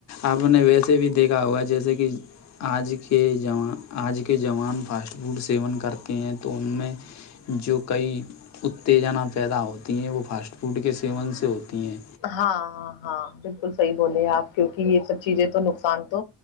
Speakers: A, on the left (about 40°); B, on the left (about 80°).
A: آپ نے سے بھی دیکھا ہوگا جیسے کہ آج کے آج کے جوان فاسٹ فوڈ سیون کرتے ہیں تو ان میں جو کئی اتےجنا پیدا ہوتی ہیں وہ فاسٹ فوڈ کے سیون سے ہوتی ہیں
B: ہاں ہاں ہاں بالکل بالکل صحیح بولے آپ کیوںکہ یہ سب چیزیں تو نقصان تو